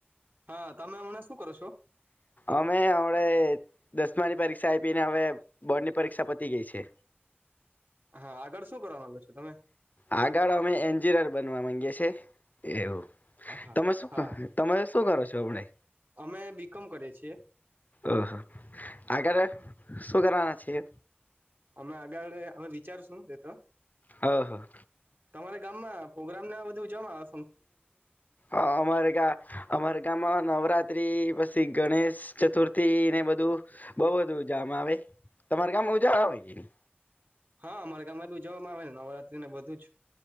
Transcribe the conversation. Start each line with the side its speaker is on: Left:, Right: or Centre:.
Right: હા તમે હમણાં શું કરો છો
Left: અમે <unintelligible> દસમાની પરીક્ષા આપીને, હવે બોર્ડની પરીક્ષા પતી ગેય છે
Right: હા આગળ શું કરવા માંગો છો તમે
Left: આગળ અમે એન્જીર બનવા માંગીયે છે. એવું
Right: હા
Left: તમે શું
Right: હા
Left: તમે શું કરો છ <unintelligible>
Right: અમે બીકોમ કરીએ છીએ.
Left: ઓહો, આગળ શું કરવાના છીએ?
Right: અમે આગળ અમે વિચારશું એતો
Left: ઓહો
Right: તમારા ગામમાં પ્રોગ્રામ ના બધું ઉજવામાં
Left: હા અમારે ગા અમારે ગામમાં નવરાત્રી પછી ગણેશ ચતુર્થી ને બધું બો બધું ઉજામાં આવે. તમારા ગામમાં ઉજા આવે કેની?
Right: હા અમારા ગામમાં ભી ઉજવવામાં આવે ને નવરાત્રી ને બધું જ